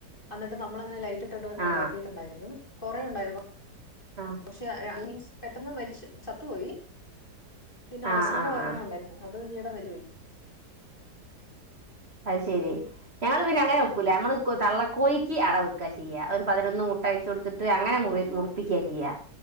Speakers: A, on the left (about 30°); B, on the right (about 35°).
A: അന്ന്ട്ട് നമ്മളങ്ങനെ ലൈറ്റ് ഇട്ടിട്ട്
B: ആ
A: ഉണ്ടാക്കിയിട്ടുണ്ടായിരുന്നു. കൊറെ ഉണ്ടായിരുന്നു.
B: ആഹ്
A: പക്ഷെ, <unintelligible> പെട്ടെന്ന് മരിച്ച് ചത്തുപോയി. പിന്നെ,
B: ആ
A: അവസാനം
B: ആ
A: ഒരെണ്ണം
B: ആ
A: ഉണ്ടായിരുന്നു. അത് ഈ എടെ <unintelligible>
B: അത് ശെരി, ഞങ്ങള് പിന്നെ അങ്ങനെ വെക്കൂല.
A: ഉം
B: നമ്മള് കൊ തള്ളക്കോഴി ക്ക് അടവെക്ക് ചെയ്യ്. ഒരു പതിനൊന്ന് മുട്ട വെച്ച് കൊടുത്തിട്ട് അങ്ങനെ മുറി മുറപ്പിക്ക് ചെയ്യ്.